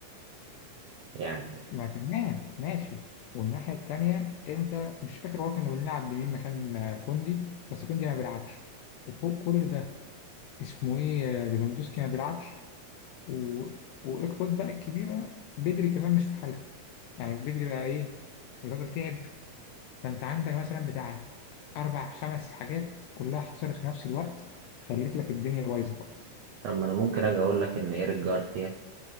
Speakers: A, on the right; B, on the left.
A: يعني
B: ما تمام ماشي والناحية التانية أنت مش فاكر هو كنا بنلعب بمين مكان آه، كوندي بس كوندي ما بيلعبش وفوق كل ده اسمه إيه آه، ليفاندوسكي ما بيلعبش و... والإقباط بقى الكبيرة بدري كمان مش في حالته يعني بدري بقى إيه الراجل تعب فأنت عندك مثلا بتاع أربع خمس حاجات كلها حصلت في نفس الوقت خلت لك الدنيا بايظة خالص
A: اما انا ممكن اجي اقول لك ان ايريك جارثيا